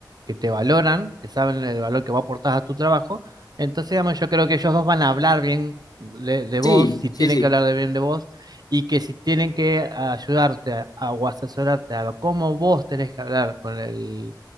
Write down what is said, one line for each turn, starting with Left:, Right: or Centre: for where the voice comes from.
Right: que te valoran, que saben el valor que va a aportar a tu trabajo. Entonces, digamos, yo creo que ellos dos van a hablar bien de, de vos,
Left: Sí,
Right: si tienen
Left: sí, sí,
Right: que hablar de bien de vos, y que si tienen que ayudarte a, a- o asesorarte a lo- cómo vos tenés que hablar con el